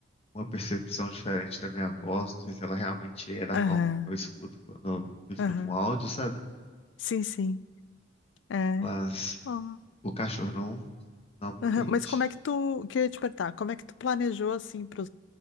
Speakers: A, on the left; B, on the left.
A: uma percepção diferente da minha voz, não sei se ela realmente é da
B: Aham,
A: forma como eu escuto quando eu escuto
B: aham.
A: um áudio, sabe?
B: Sim, sim. É.
A: Mas
B: Ó.
A: o cachorro não, não me
B: Aham,
A: entende.
B: Mas como é que tu, queria te perguntar, como é que tu planejou assim para